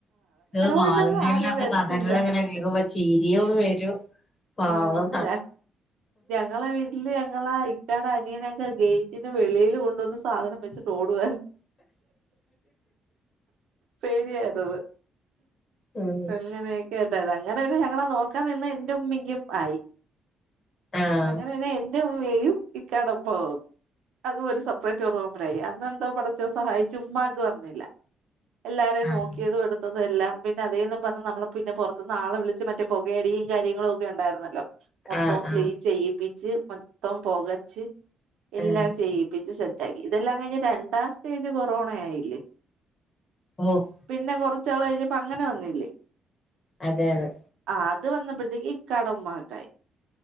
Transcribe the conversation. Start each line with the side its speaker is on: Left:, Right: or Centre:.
Left: ഇത് ക്വാറന്റൈനിലൊക്കെ
Right: വീട്ടിലൊന്നും ആരും വരത്തില്ല
Left: കഥകൾ എങ്ങനെ കേൾക്കുമ്പോ ചിരിയും വരും പാവം
Right: ആഞ ഞങ്ങളെ വീട്ടില് ഞങ്ങള ഇക്കാട അനിയന എ ഗേറ്റിന്റെ വെളിയിൽ കൊണ്ടുവന്ന് സാനം വെച്ചിട്ട് ോഡുക പേടിയായിത്
Left: ഉം
Right: തങ്ങതേ കേട്ടെ അങ്ങനെ ഞങ്ങളെ നോക്കാൻ നിന്ന് എന്റെ ഉമ്മക്ക് ും ആയി
Left: ആഹ്
Right: അങ്ങനെന്നെ യും ഈ കടമ്പക്ക അത സെപ്പറേറ്റ് റൂമിലായി അ ടച്ച സഹായിച്ചു <unintelligible> വന്നില്ല എല്ലാരെയും
Left: ആഹ്
Right: നോക്കിയതും എടുത്ത അതല്ല പിന്നെ അതേന്നും പറഞ്ഞ നമ്മള് പിന്നെ പൊറത്തന്നാളെ വിളിച്ച് മറ്റേ പുകേടിയും കാര്യങ്ങളും ക്കെ ഉണ്ടായിരുന്നല്ലോ മൊത്തം
Left: ആഹ് ആഹ്
Right: ക്ലീൻ ചെയ്യി ച്ച് മൊത്തം പൊകച്ച് എല്ലാം
Left: ആഹ്
Right: ചെയ്യിപ്പിച്ച് സെ ഇതെല്ലാം കഴിഞ്ഞ് രണ്ടാം സ്റ്റേജ് കൊറോണയായില്ലേ
Left: ഓഹ്
Right: പിന്നെ കൊറ ച്ച് ള് കഴിഞ്ഞപ്പോ അങ്ങനെ വന്നില്ലേ
Left: അതെ അതെ
Right: ആ അത് വന്നപ്പോഴത്തേക്ക് കടമ്മാട്ടായി